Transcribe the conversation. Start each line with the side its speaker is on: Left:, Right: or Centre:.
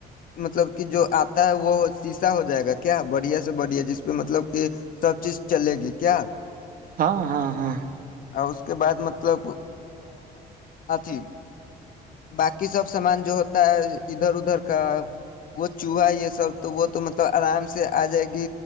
Left: مطلب کہ جو آتا ہے وہی ہو جائے گ کیا بڑھیا سے بڑھیا جس پہ مطلب کہ سب چیز چلے گی کیا
Right: ہاں ہاں ہاں
Left: اور اس کے بعد مطلب اتیھی باقی سب سامان جو ہوتا ہے ادھر ادھر کا وہ تو ہے اس وقت تو وہ تو مطلب ارام سے آ جائے گی